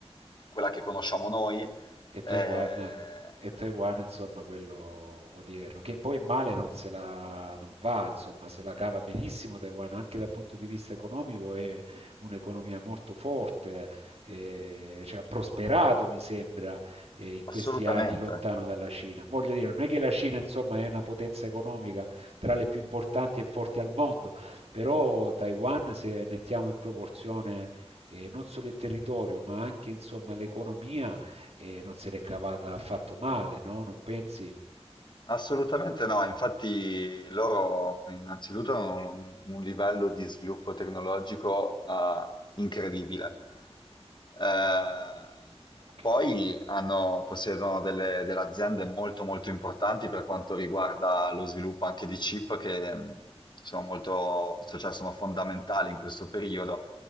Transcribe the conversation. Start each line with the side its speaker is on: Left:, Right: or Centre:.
Left: quella che conosciamo noi,
Right: e Taiwan,
Left: eh,
Right: e Taiwan, insomma, quello odierno, che poi male non se la non va, insomma, se la cava benissimo Taiwan, anche dal punto di vista economico è un'economia molto forte, eh, cioè, ha prosperato, mi sembra, eh, in
Left: assolutamente.
Right: questi anni lontano dalla Cina. Voglio dire, non è che la Cina, insomma, è una potenza economica tra le più importanti e forti al mondo, però Taiwan, se mettiamo in proporzione eh, non solo il territorio, ma anche insomma l'economia, e non se l'è cavata affatto male, no? Non pensi?
Left: Assolutamente no, infatti loro innanzitutto hanno un, un livello di sviluppo tecnologico eh, incredibile. Eh,
Right: Ok,
Left: poi
Right: eh,
Left: hanno- possiedono delle, delle aziende molto molto importanti per quanto riguarda lo sviluppo anche di chip che mh, sono molto, cioè sono fondamentali in questo periodo.